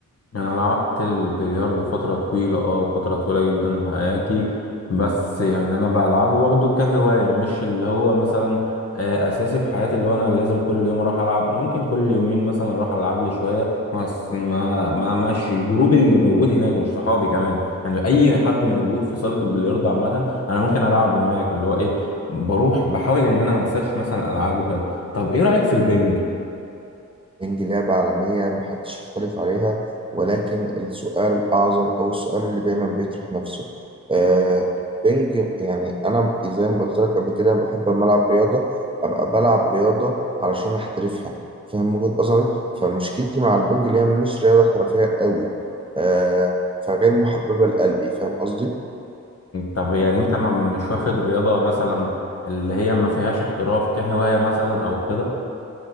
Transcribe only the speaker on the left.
انا لعبت البلياردو فتره طويله اه فتره طويله جدا في حياتي بس يعني انا بلعبه واخده كهوايه مش اللي هو مثلا آه، اساسي في حياتي اللي هو انا لازم كل يوم اروح العب انا ممكن كل يومين مثلا اروح العب لي شويه مع الس- مع مع مع الش- الجروب اللي موجود هناك مش صحابي كمان يعني اي حد موجود في صاله البلياردو عامه انا ممكن العبه هناك اللي هو ايه بروح بحاول ان انا ما انساش مثلا العابه كده طب ايه رايك في البنج
طب يعني انت ما مش واخد رياضة مثلا اللي هي ما فيهاش احتراف كهواية مثلا او كده